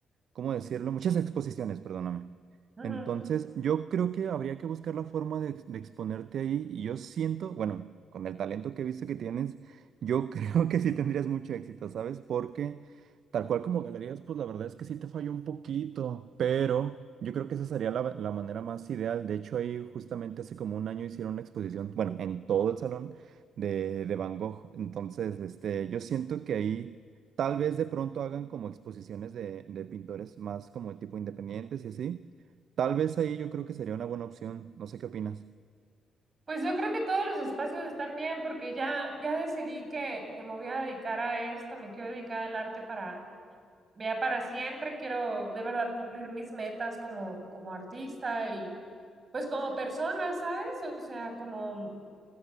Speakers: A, on the right; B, on the right.
A: ¿cómo decirlo? Muchas exposiciones, perdóname.
B: Ujú.
A: Entonces, yo creo que habría que buscar la forma de, ex- de exponerte ahí y yo siento, bueno, con el talento que he visto que tienes, yo <laughs> creo que sí tendrías mucho éxito, ¿sabes? Porque tal cual como galerías, pues la verdad es que sí te falló un poquito, pero yo creo que esa sería la, la manera más ideal. De hecho, ahí justamente hace como un año hicieron una exposición, bueno, en todo el salón de, de Van Gogh. Entonces, este, yo siento que ahí... Tal vez de pronto hagan como exposiciones de, de pintores más como tipo independientes y así. Tal vez ahí yo creo que sería una buena opción. No sé qué opinas.
B: Pues yo creo que todos los espacios están bien porque ya, ya decidí que, que me voy a dedicar a esto, me quiero dedicar al arte para, vea para siempre, quiero de verdad cumplir mis metas como, como artista y pues como persona, ¿sabes? O sea, como